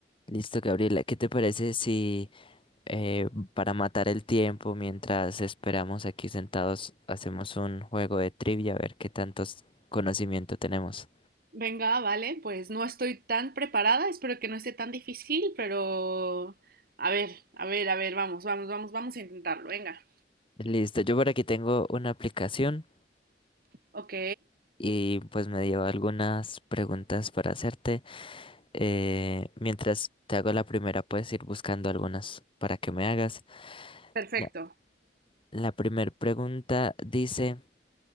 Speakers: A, on the left; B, on the right.
A: Listo, Gabriela, ¿qué te parece si eh, para matar el tiempo mientras esperamos aquí sentados hacemos un juego de trivia a ver qué tantos conocimiento tenemos?
B: Venga, vale, pues no estoy tan preparada, espero que no esté tan difícil, pero a ver, a ver, a ver, vamos, vamos, vamos, vamos a intentarlo, venga.
A: Listo, yo por aquí tengo una aplicación
B: Ok,
A: y pues me dio algunas preguntas para hacerte. Eh, mientras te hago la primera, puedes ir buscando algunas para que me hagas.
B: perfecto.
A: La, la primera pregunta dice,